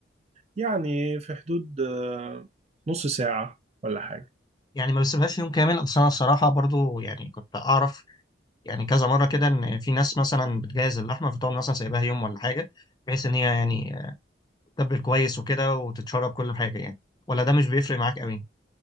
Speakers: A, on the right (about 35°); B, on the left (about 20°).
A: يعني في حدود آه، نص ساعه ولا حاجه
B: يعني ما بسيبهاش يوم كامل اصل انا الصراحه برضو يعني كنت اعرف يعني كذا مره كده ان في ناس مثلا بتجهز اللحمه فتقعد مثلا سايباها يوم ولا حاجه بحيث ان هي يعني تتبل كويس وكده وتتشرب كل حاجه يعني ولا ده مش بيفرق معاك قوي